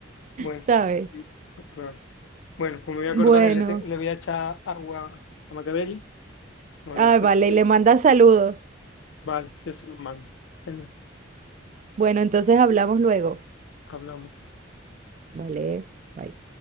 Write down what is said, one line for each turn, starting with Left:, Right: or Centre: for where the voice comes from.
Left: Bueno,
Right: ¿sabes?
Left: claro. Bueno, pues me voy a
Right: Bueno,
Left: acordar, le, te- le voy a echar agua a Machiavelli, no voy
Right: ah,
Left: a ser
Right: vale,
Left: que tiene.
Right: y le manda saludos.
Left: Vale, yo se los mando. Genial,
Right: Bueno, entonces hablamos luego.
Left: hablamos.
Right: Vale, bye.